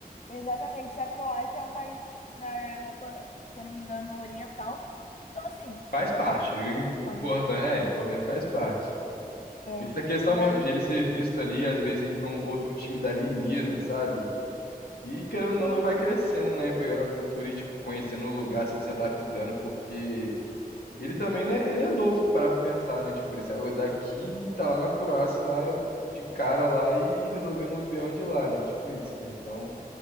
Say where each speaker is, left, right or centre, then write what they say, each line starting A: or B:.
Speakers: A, on the left; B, on the left.
A: Exatamente. E a Croácia é um país na Europa, se eu não me engano, oriental, né? Então, assim,
B: Faz
A: é Europa,
B: parte. O
A: de qualquer forma.
B: importante, é, o importante é que faz parte.
A: É.
B: Essa questão
A: E
B: mesmo
A: aí
B: de
A: ele,
B: ele ser visto ali, às vezes ir pra um outro time dali mesmo, sabe? E querendo ou não,
A: sim,
B: ele vai crescendo, né? Pegando a cultura e, tipo, conhecendo o lugar, assim, se adaptando, porque. E ele também, né, ele é novo, para pensar, né? Tipo, ele saiu daqui, tá lá na Croácia, lá de cara lá e resolvendo uns BO de lá, né? Tipo isso, né? Então,